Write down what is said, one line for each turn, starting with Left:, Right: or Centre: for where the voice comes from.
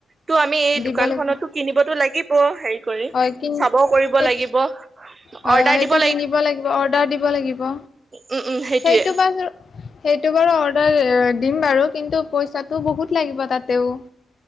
Right: তো আমি এই
Left: দিব
Right: দোকানখনততো
Left: লাগিব
Right: কিনিবতো লাগিব হেৰি কৰি
Left: হয় কিন
Right: চাব কৰিব
Left: সেই
Right: লাগিব।
Left: হয়
Right: অৰ্ডাৰ
Left: হয়,
Right: দিব
Left: এইটো কিনিব লাগিব অৰ্ডাৰ দিব লাগিব।
Right: উম উম সেইটোয়ে
Left: সেইটো বা চো- সেইটো বাৰু অৰ্ডাৰ দিম বাৰু, কিন্তু পইচাটো বহুত লাগিব তাতেও। <inaudible>